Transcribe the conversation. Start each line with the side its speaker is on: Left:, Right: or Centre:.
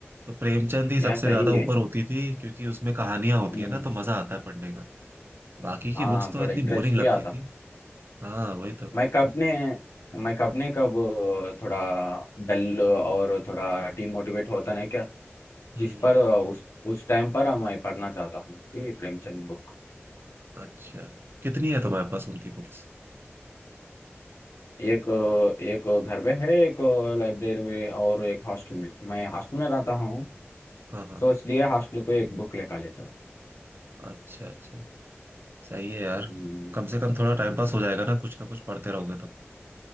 Right: तो प्रेमचंद ही
Left: यार
Right: सबसे
Left: सही
Right: ज्यादा
Left: है
Right: ऊपर होती थी क्योंकि उसमें कहानियां होती
Left: हम्म
Right: है ना तो मजा आता है पढ़ने का बाकी की
Left: हाँ
Right: बुक्स तो
Left: थोड़ा
Right: इतनी
Left: इंटरेस्ट
Right: बोरिंग लगती
Left: भी आता
Right: थी हाँ वही तो
Left: मैं कब ने मैं कब ने कब थोड़ा डल और थोड़ा डिमोटिवेट होता नहीं क्या
Right: हम्म
Left: जिस पर उस उस टाइम पर मैं पढ़ना चाहता हूँ कि प्रेमचंद बुक
Right: अच्छा कितनी है तुम्हारे पास उनकी बुक्स
Left: एक एक घर में है एक लाइब्रेरी में और एक हॉस्टल में मैं हॉस्टल में रहता हूँ
Right: हाँ हाँ
Left: सो इसलिए हॉस्टल को एक बुक लेकर ले चलो
Right: अच्छा अच्छा सही है यार
Left: हम्म
Right: कम से कम थोड़ा टाइम पास
Left: हम्म,
Right: हो जाएगा ना कुछ ना कुछ पढ़ते रहोगे तो